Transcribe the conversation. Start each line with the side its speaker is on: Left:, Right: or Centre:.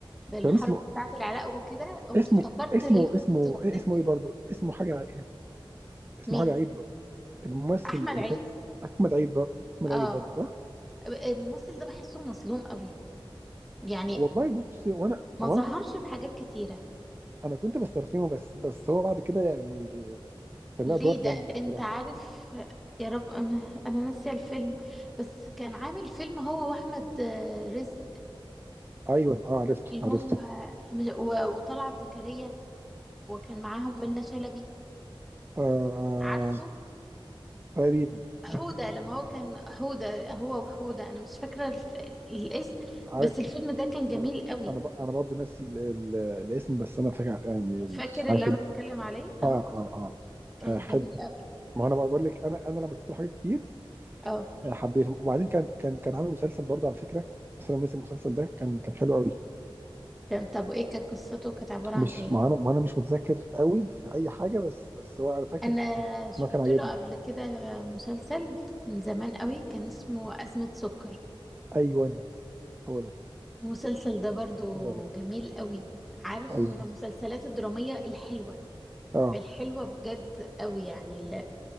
Centre: بالحرب
Right: كان اسمه
Centre: بتاعة العراق وكده قمت
Right: اسمه
Centre: افتكرت
Right: اسمه
Centre: ليلة
Right: اسمه
Centre: سقوط بغداد
Right: إيه، اسمه ايه برضه اسمه حاجه اسمه
Centre: مين
Right: حاجه عيد الممثل
Centre: أحمد
Right: اللي
Centre: عيد
Right: كان احمد عيد برضه احمد
Centre: اه
Right: عيد برضه
Centre: الممثل ده بحسه مظلوم قوي يعني
Right: والله بصي وانا
Centre: ما
Right: هو
Centre: ظهرش
Right: انا كنت
Centre: في حاجات كتيرة
Right: انا كنت بسترخيه بس بس هو بعد كده يعني كان
Centre: ليه
Right: لها ادوار جامده
Centre: ده
Right: بصراحه
Centre: انت عارف يا رب انا أنا ناسية الفيلم بس كان عامل فيلم هو واحمد آه، رزق
Right: ايوه اه عرفته
Centre: اللي
Right: عرفته
Centre: هم آه، و- وطلعت زكريا وكان معاهم منة شلبي
Right: آه
Centre: عارفه
Right: تقريبا
Centre: حودة لما هو كان حودة هو وحودة انا مش فاكرة الف... الاسم
Right: عرفته
Centre: بس الفيلم ده كان جميل
Right: انا
Centre: قوي
Right: انا ب- انا برضو ناسي ال- ال- الاسم بس انا فاكر يعني
Centre: فاكر
Right: عارف
Centre: اللي
Right: ال-
Centre: انا بتكلم عليه اه
Right: اه اه اه
Centre: كان
Right: آه، حلو
Centre: جميل قوي
Right: ما انا بقول لك انا انا لما شفت له حاجات كتير
Centre: اه
Right: آه، حبيته وبعدين كان كان كان عامل مسلسل برضه على فكره بس انا ناسي المسلسل ده كان كان حلو قوي
Centre: كان طب ايه كانت قصته كانت عبارة
Right: مش
Centre: عن ايه
Right: ما انا ما انا مش متذكر قوي في اي حاجه بس بس هو انا فاكر
Centre: انا شفت
Right: انه كان عاجبني
Centre: له قبل كده مسلسل من زمان قوي كان اسمه أزمة سكر
Right: أيوه هو ده،
Centre: المسلسل ده برضو
Right: هو ده،
Centre: جميل قوي عارف
Right: أيوه،
Centre: من المسلسلات الدرامية الحلوة
Right: آه،
Centre: الحلوة بجد قوي يعني ال...